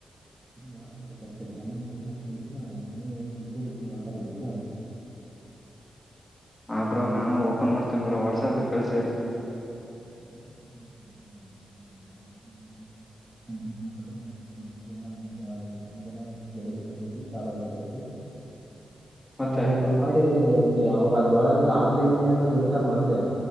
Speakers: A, on the right (about 25°); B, on the left (about 15°).
A: ಮಾತಾಡ್ಬೇಕು ಕ್ಯುನಿಕೇಶನ್ ಕೆಸ ನೀವು ಇದ್ದರಿಂದ ಮಾತಾಡ್ಬೇಕಾ
B: ಆಬ್ರೋ ನಾನು ಓಪನ್ ಮಾಡ್ತೇನ್ ಬ್ರೋ ವಾಟ್ಸಾಪ್ ಕಳಸಿ
A: ಹ್ಮ ಹ್ಮ್ ಹ್ಮ ಪ್ಟ್ ಮಾಡು ಒಂದ ಒಂದಿನ ಒ ಒಂದ ದಿನ ಬೆಳಿಗ್ಗೆ ಸಂತಿ ಚಾಲ ಆಗಬಡ್ಬೇಕು
B: ಮತ್ತೆ
A: ಹ ಓಪನ್ ಮಾಡಿ ಅವಾಗ ಅದ್ರ ಒಳಗ ಆನ್ಲೈನ್ ಇರ್ತಾರ್ ಮೊದ್ಲೆ